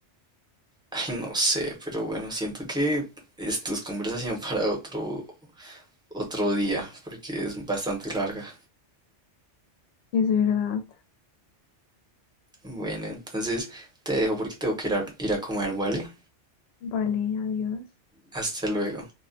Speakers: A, in the centre; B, on the left (about 65°).
A: Ay, no sé, pero bueno, siento que esto es conversación <laughs> para otro, otro día, porque es bastante larga.
B: es verdad.
A: Bueno, entonces te dejo porque tengo que ir a, ir a comer, ¿vale?
B: Vale, adiós.
A: Hasta luego.